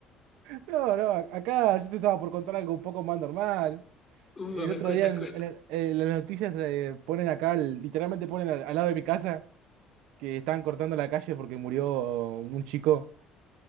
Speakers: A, on the right (about 85°); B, on the left (about 20°).
A: No, no, acá yo te estaba por contar algo un poco más normal.
B: Uh,
A: El
B: a ver,
A: otro
B: cuenta,
A: día en,
B: cuenta.
A: en- en las noticias eh, ponen acá, el- literalmente ponen al, al lado de mi casa, que estaban cortando la calle porque murió un chico.